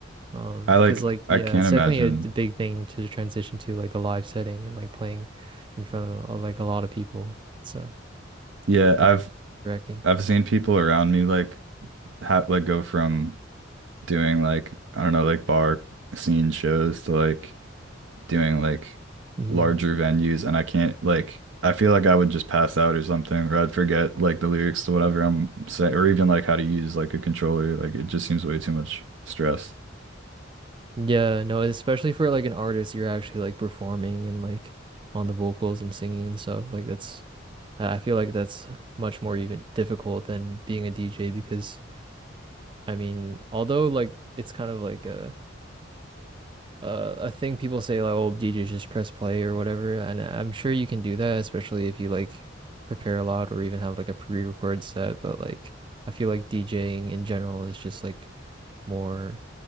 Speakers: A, on the right; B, on the right.
A: Um,
B: I like
A: 'cause like
B: I
A: yeah,
B: can't
A: it's
B: imagine.
A: definitely a d- big thing to transition to like a live setting and like playing in front of uh, like a lot of people. So
B: Yeah,
A: definitely
B: I've
A: wrecking.
B: I've seen people around me like have like go from doing like I don't know, like bar scene shows to like doing like
A: hmm
B: larger venues and I can't like I feel like I would just pass out or something or I'd forget like the lyrics to whatever I'm saying or even like how to use like a controller. Like it just seems way too much stress.
A: Yeah, no, especially for like an artist, you're actually like performing and like on the vocals and singing and stuff. Like that's I I feel like that's much more even difficult than being a DJ because I mean, although like it's kind of like a a, a thing people say like, oh, DJ just press play or whatever, and I'm sure you can do that, especially if you like prepare a lot or even have like a pre-record set. But like, I feel like DJing in general is just like more,